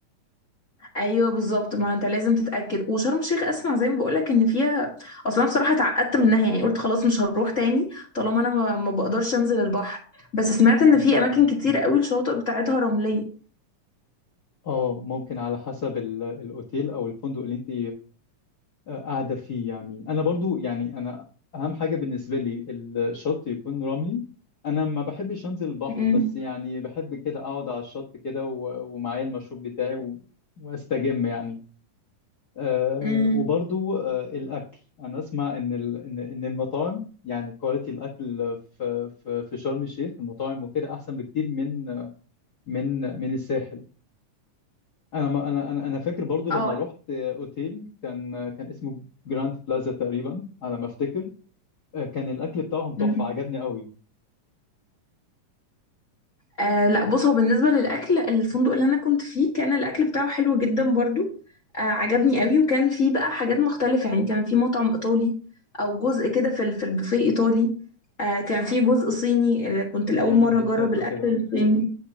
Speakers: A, on the left; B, on the left.
A: ايوه بالظبط ما انت لازم تتاكد وشرم الشيخ اسمع زي ما بقولك ان فيها اصلا انا بصراحه اتعقدت منها يعني قلت خلاص مش هروح تاني طالما انا ما, ما بقدرش انزل البحر بس سمعت ان في اماكن كتير قوي الشواطئ بتاعتها رمليه
B: اه ممكن على حسب ال- الاوتيل او الفندق اللي انت آه، قاعده فيه يعني انا برضو يعني انا اهم حاجه بالنسبه لي الشط يكون رملي انا ما بحبش انزل البحر
A: مم.
B: بس يعني بحب كده اقعد على الشط كده و- ومعايا المشروب بتاعي و- واستجم يعني أه
A: امم
B: وبرضو أه الاكل انا اسمع ان ال- ان إن المطاعم يعني كواليتي الاكل في في في شرم الشيخ المطاعم وكده احسن بكتير من من من الساحل انا ما انا انا انا فاكر برضو لما
A: اه
B: رحت اوتيل كان كان اسمه جراند بلازا تقريبا على ما افتكر آه، كان الاكل بتاعهم تحفه
A: مم.
B: عجبني قوي
A: آه لا بص هو بالنسبة للأكل الفندق اللي أنا كنت فيه كان الأكل بتاعه حلو جدا برضو آه عجبني قوي وكان فيه بقى حاجات مختلفة يعني كان فيه مطعم إيطالي أو جزء كده في ال- في البوفيه إيطالي آه كان فيه جزء صيني اللي كنت
B: بيعمل
A: لأول مرة
B: بيتزات
A: أجرب الأكل
B: وكده
A: الصيني